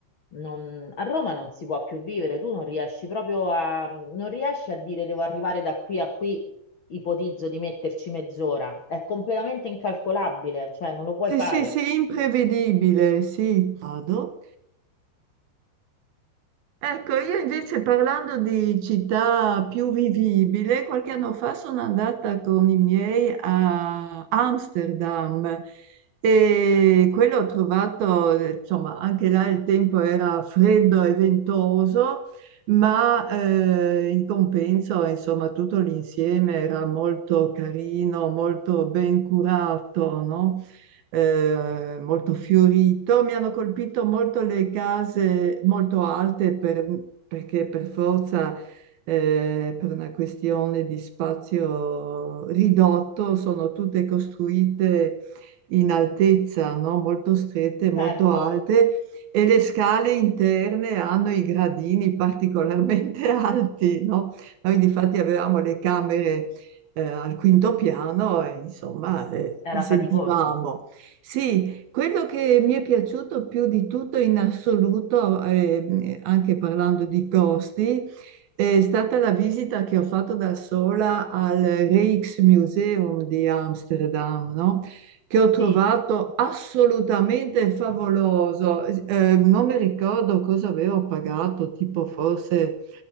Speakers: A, on the left; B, on the right.
A: non- a Roma non si può più vivere, tu non riesci proprio a, non riesci a dire devo arrivare da qui a qui, ipotizzo di metterci mezz'ora, è completamente incalcolabile, cioè non lo puoi
B: sì,
A: fare.
B: sì, sì, imprevedibile, sì. Vado. Ecco, io invece parlando di città più vivibile, qualche anno fa sono andata con i miei a Amsterdam e quello ho trovato, eh, insomma, anche là il tempo era freddo e ventoso, ma eh, in compenso, insomma, tutto l'insieme era molto carino, molto ben curato, no? eh, molto fiorito. Mi hanno colpito molto le case molto alte per- perché per forza, eh, per una questione di spazio ridotto, sono tutte costruite in altezza, no? Molto strette, molto
A: Certo,
B: alte e le scale interne hanno i gradini particolarmente <laughs> alti, no? Noi difatti avevamo le camere eh, al quinto piano e insomma eh,
A: era
B: le sentivamo.
A: faticoso.
B: Sì, quello che mi è piaciuto più di tutto in assoluto, eh, anche parlando di costi, è stata la visita che ho fatto da sola al Rijksmuseum di Amsterdam, no? Che ho trovato
A: Sì.
B: assolutamente favoloso. Eh, non mi ricordo cosa avevo pagato, tipo forse.